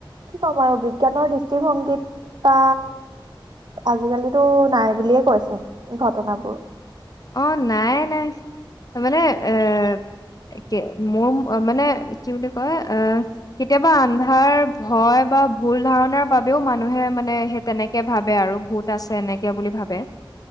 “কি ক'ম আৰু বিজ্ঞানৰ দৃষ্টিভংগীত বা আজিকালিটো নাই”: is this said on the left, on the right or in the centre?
Right